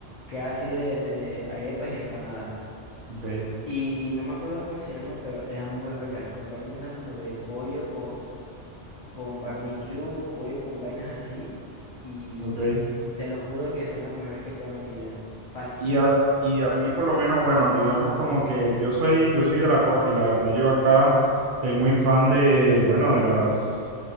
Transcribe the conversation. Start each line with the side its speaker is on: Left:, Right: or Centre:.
Left: que era así de, de arepas y empanadas.
Right: Ok,
Left: Y no me acuerdo cómo se llama, pero eran muy ricas. Compramos unas como de pollo con barbecue, pollo, con vainas así. Y
Right: ok.
Left: te lo juro que son las mejores que he probado en mi vida. Fácil.
Right: Y, a- y así por lo menos, bueno, digamos como que yo soy, yo soy de la costa y la verdad yo acá soy muy fan de, bueno, de las,